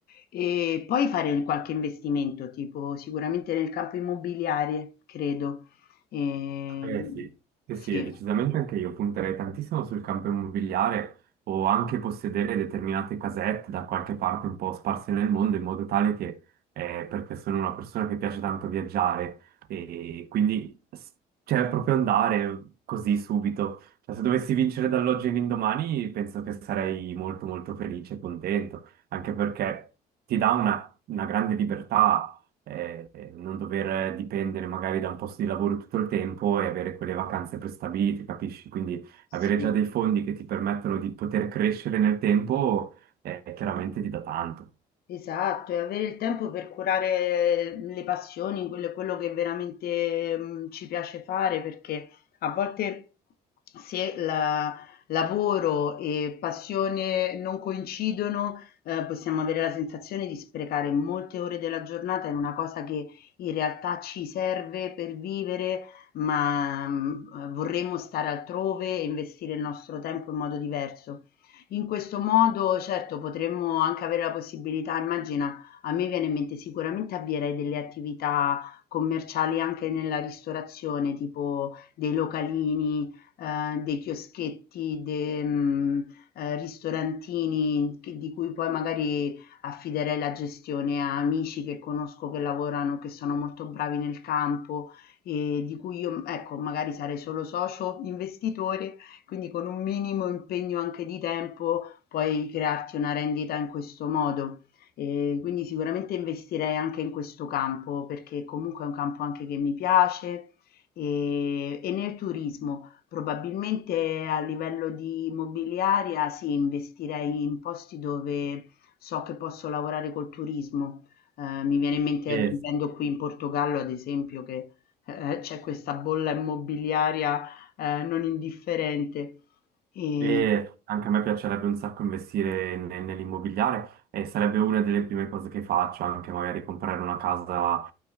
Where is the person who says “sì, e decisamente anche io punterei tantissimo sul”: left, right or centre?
Right